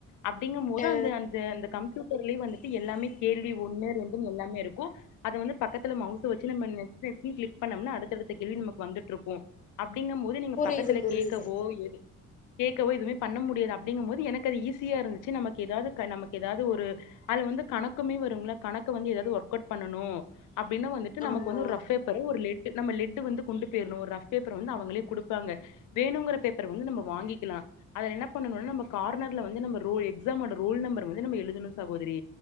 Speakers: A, on the left (about 80°); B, on the left (about 25°).
A: அப்டிங்கும் போது
B: ஆ
A: அந்த அந்த அந்த கம்ப்யூட்டர்லயே வந்துட்டு எல்லாமே கேள்வி ஒன்னு ரெண்டு எல்லாமே இருக்கு அத வந்து பக்கத்துல மவுச வச்சு நம்ம நெட்பிளிக்ஸ்னு கிளிக் பண்ணம்னா அடுத்தடுத்த கேள்வி நமக்கு வந்துட்டு இருக்கு அப்டிங்கம்போது நீங்க
B: புரியுது
A: பக்கத்துல
B: புரியுது
A: கேக்கவோ எது கேக்கவோ எதுமே பண்ண முடியாது அப்டிங்கும் போது எனக்கு அது ஈஸி யா இருந்துச்சு நமக்கு எதாவது நமக்கு எதாவது ஒரு அது வந்து கணக்குமே வருங்ளே கணக்கு வந்து எதாவது ஒர்க் அவுட் பண்ணனு அப்டின்னு வந்துட் டு
B: ஆமா
A: நமக்கு வந்து ஒரு ரஃப் பேப்பரு ஒரு லெட்டு நம்ம லெட்டு் வந்து கொண்டு போயிர்ணு ஒரு ரஃப் பேப்பர் வந்து அவங்களே குடுப்பாங்க வேணுங்குற பேப்பர வந்து நம்ம வாங்கிக்கலா அதுல என்ன பண்ணணும்னா நம்ப கார்னர்ல வந்து நம்ம ரோல் எக்ஸாமோட ரோல் நம்பர் வந்து நம்ம எழுதனு சகோதரி